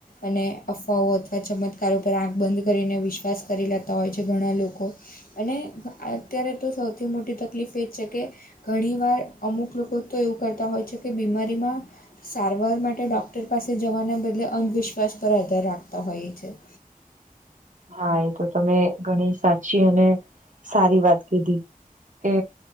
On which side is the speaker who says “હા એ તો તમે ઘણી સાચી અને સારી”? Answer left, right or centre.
Right